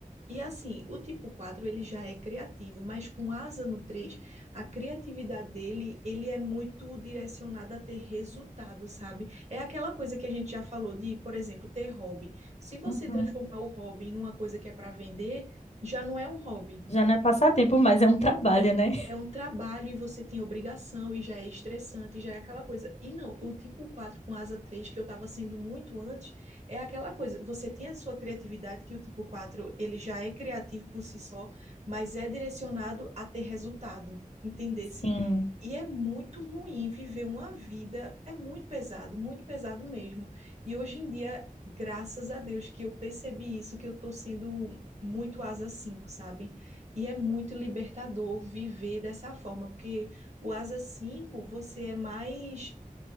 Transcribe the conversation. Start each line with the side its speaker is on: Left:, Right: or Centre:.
Right: E assim, o tipo 4 ele já é criativo, mas com asa no três a criatividade dele, ele é muito direcionada a ter resultado, sabe? É aquela coisa que a gente já falou de, por exemplo, ter hobby. Se você
Left: Uhum.
Right: transformar o hobby numa coisa que é para vender, já não é um hobby
Left: Já não é passatempo, mas é um trabalho, né?
Right: é um trabalho e você tem obrigação e já é estressante, e já é aquela coisa. E não, o tipo 4 com asa 3 que eu estava sendo muito antes, é aquela coisa. Você tem a sua criatividade, que o tipo 4 ele já é criativo por si só, mas é direcionado a ter resultado, entendesse?
Left: Sim.
Right: E é muito ruim viver uma vida, é muito pesado, muito pesado mesmo. E hoje em dia, graças a Deus que eu percebi isso, que eu tô sendo muito asa cinco sabe? E é muito libertador viver dessa forma, porque o Asa 5 você é mais